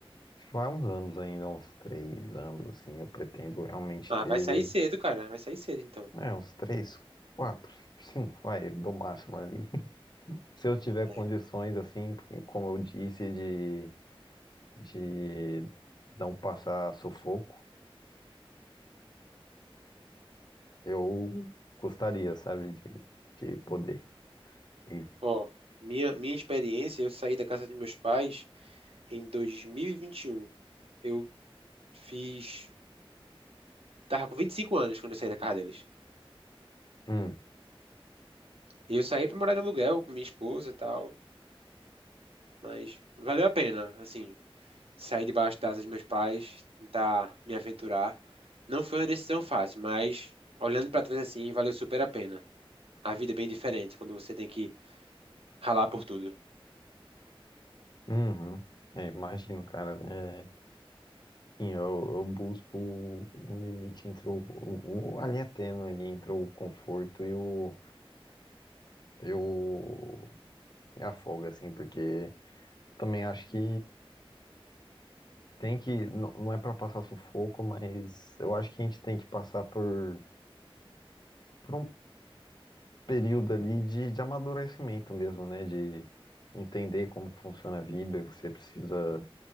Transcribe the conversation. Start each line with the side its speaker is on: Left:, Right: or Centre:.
Left: Acho que vai uns anos ainda, uns três anos, assim. Eu pretendo realmente
Right: Ah,
Left: ter,
Right: vai sair cedo, cara. Vai sair cedo, então.
Left: né, uns três, quatro, cinco, vai, do máximo ali. <laughs> Se eu tiver
Right: É.
Left: condições, assim, porque, como eu disse, de, de não passar sufoco, eu gostaria, sabe, de, de poder. E,
Right: Ó, minha, minha experiência, eu saí da casa dos meus pais em dois mil e e vinte e um Eu fiz. Tava com 25 anos quando eu saí da casa deles.
Left: hum,
Right: Eu saí pra morar de aluguel com minha esposa e tal, mas valeu a pena, assim, sair debaixo da asa dos meus pais, tentar me aventurar. Não foi uma decisão fácil, mas olhando pra trás assim, valeu super a pena. A vida é bem diferente quando você tem que ralar por tudo.
Left: uhum. É, imagino, cara, né? Sim, eu, eu busco um limite entre o, o, o- a linha tênue ali entre o conforto e o. Eu me afoga, assim, porque também acho que tem que, n- não é pra passar sufoco, mas eu acho que a gente tem que passar por, por um período ali de, de amadurecimento mesmo, né? De entender como que funciona a vida, que você precisa